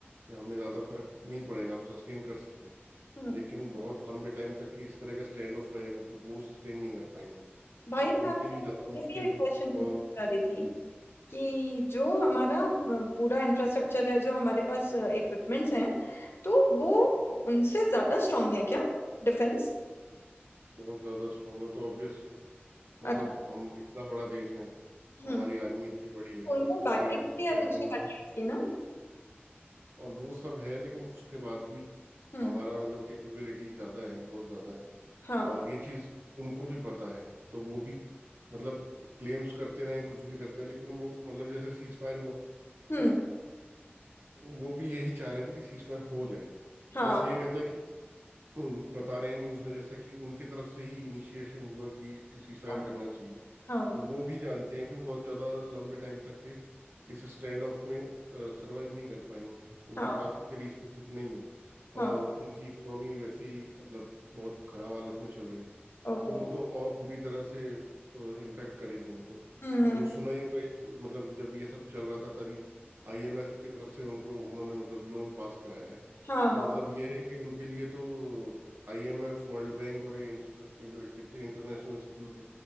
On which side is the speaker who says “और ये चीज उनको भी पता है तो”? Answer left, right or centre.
Right